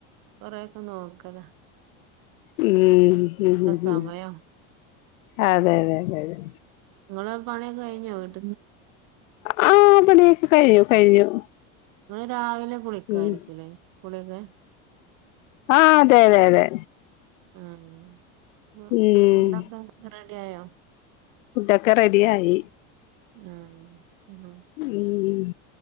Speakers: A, on the right; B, on the left.
A: കൊറയൊക്കെ നോക്കലാ
B: ഉം ഉം
A: സമയം
B: ഉം അതെ അതെ അതെ
A: നിങ്ങള് പണിയൊക്കെ കഴിഞ്ഞോ വീട്ട
B: ആഹ്‌ പണിയൊക്കെ കഴിഞ്ഞു കഴിഞ്ഞു
A: നിങ്ങൾ രാവിലെ കുളിക്കായിരിക്കല്ലേ
B: ഉം
A: കുളിക്കെ
B: ആഹ്‌ അതെ അതെ അതെ
A: ആഹ്‌
B: ഉം
A: ഫുഡ്‌ ഒക്കെ റെഡി ആയോ
B: ഫുഡൊക്കെ റെഡി ആയി
A: ആഹ് ഉം
B: ഉം